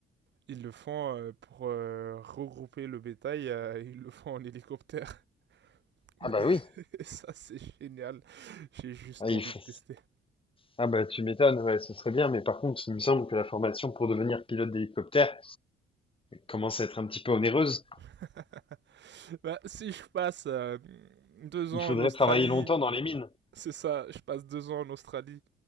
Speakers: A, on the right; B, on the left.
A: Ils le font euh, pour euh, regrouper le bétail, euh, ils le font en hélicoptère.
B: Ah
A: <laughs>
B: bah oui,
A: Et ça, c'est génial. J'ai juste
B: ah, il
A: envie
B: faut.
A: de tester.
B: Ah bah tu m'étonnes, ouais, ce serait bien, mais par contre, il me semble que la formation pour devenir pilote d'hélicoptère commence à être un petit peu onéreuse.
A: <laughs> Bah, si je passe euh, deux
B: Il
A: ans
B: faudrait
A: en Australie,
B: travailler longtemps dans les mines.
A: c'est ça, je passe deux ans en Australie